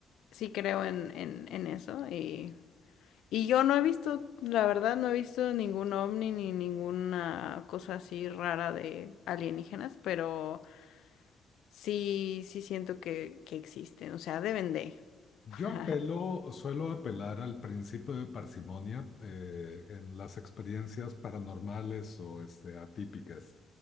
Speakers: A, on the left; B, on the left.
A: sí creo en, en, en eso y, y yo no he visto, la verdad, no he visto ningún ovni ni ninguna cosa así rara de alienígenas, pero sí, sí siento que, que existen, o sea, deben de.
B: Yo
A: <laughs>
B: apelo, suelo apelar al principio de parsimonia eh, en las experiencias paranormales o este, atípicas.